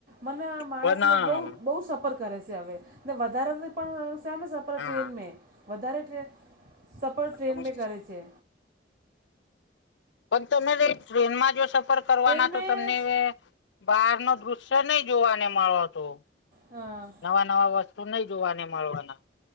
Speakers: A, on the right; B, on the left.
A: મને માણસ
B: પણ
A: લોકો બો બો સફર કરે છે હવે ને વધારે પણ સામે સફર
B: હા
A: ટ્રેનમે વધારે ટ્રે સફર ટ્રેનમાં
B: પણ
A: કરે છે.
B: પણ તમે
A: કે
B: ટ્રેનમાં તો જો સફર કરવાના
A: ટ્રેન મેં
B: તો તમને બહાર નો દૃશ્ય નય જોવાને મળતો.
A: હા.
B: નવા નવા વસ્તુ નય જોવાને મળવાના.